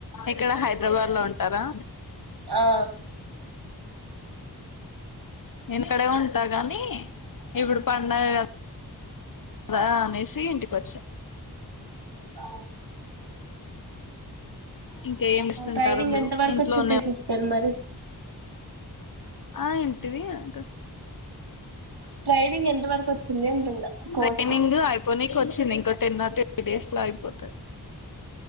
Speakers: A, on the left (about 55°); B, on the right (about 75°).
A: ఇక్కడ హైదరాబాద్ లో ఉంటారా
B: ఆ
A: నేను ఇక్కడే ఉంటా కాగానీ ఇప్పుడు పడుగ కదా కదా అైసి ఇంటికి వచ్చే
B: ఆ
A: ఇంకా ఏమి ఇస్తుంటారు
B: ట్రైనింగ్
A: మీరు
B: ఎంత వరకు
A: ఇంట్లోనే
B: వచ్చింది సిస్టర్ మరి
A: ఆ ఇంటిది అకా
B: <inaudible> అంటున్నా కోర్సు
A: ట్రైనింగ్ అయిపోనీనికి వచ్చింది ఇంకో టెన్ ఆర్ ట్వంటీ డేస్ లో అయిపోతంది